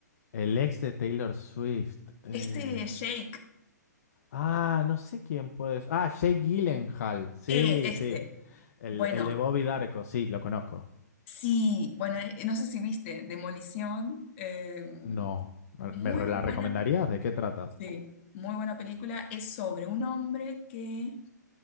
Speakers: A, on the left (about 55°); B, on the left (about 40°).
A: El ex de Taylor Swift. eh,
B: Este Jake.
A: Ah, no sé quién puede ser. Ah, Jake Gyllenhaal. Sí,
B: Eh,
A: sí.
B: este.
A: El,
B: Bueno,
A: el de Bobby Darko, sí, lo conozco.
B: sí. Bueno, eh, no sé si viste. Demolición. eh,
A: No. no,
B: muy
A: ¿Me re- la
B: buena.
A: recomendarías? ¿De qué trata?
B: Sí, muy buena película. Es sobre un hombre que